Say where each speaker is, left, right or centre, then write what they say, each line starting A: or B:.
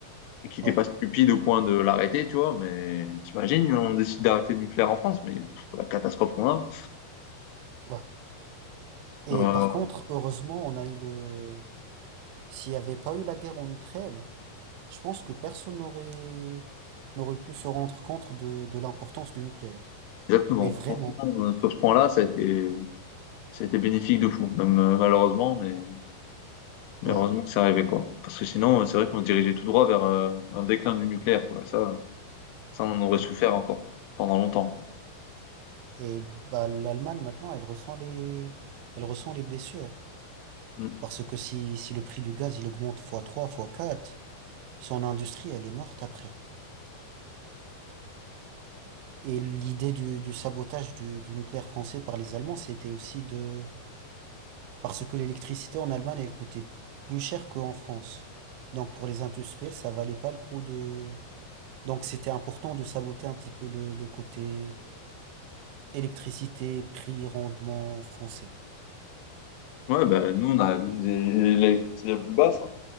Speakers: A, on the left; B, on the right.
A: et qui n'étaient
B: ouais,
A: pas stupides au point de l'arrêter, tu vois. Mais t'imagines, on décide d'arrêter le nucléaire en France, mais pff, la catastrophe qu'on a.
B: ouais. Et
A: Euh,
B: par contre, heureusement, on a eu le... S'il n'y avait pas eu la guerre en Ukraine, je pense que personne n'aurait n'aurait pu se rendre compte de, de l'importance du nucléaire.
A: Exactement.
B: Mais vraiment,
A: Franchement, euh, sur ce point-là, ça a été, ça a été bénéfique de fou, même euh, malheureusement, mais, mais
B: ouais,
A: heureusement que ça arrivait quoi. Parce que sinon, euh, c'est vrai qu'on se dirigeait tout droit vers euh, un déclin du nucléaire, quoi. Ça, ça, on en aurait
B: ouais.
A: souffert encore pendant longtemps, quoi.
B: Et bah, l'Allemagne, maintenant, elle ressent les, elle ressent les blessures.
A: Mm.
B: Parce que si, si le prix du gaz, il augmente fois 3, fois 4, son industrie, elle est morte après. Et l'idée du, du sabotage du, du nucléaire français par les Allemands, c'était aussi de... Parce que l'électricité en Allemagne, elle coûtait plus cher qu'en France. Donc pour les industriels, ça valait pas le coup de... Donc c'était important de saboter un petit peu le, le côté électricité, prix, rendement français.
A: Ouais, bah, nous, on a l'une des électricités la plus basse. hein.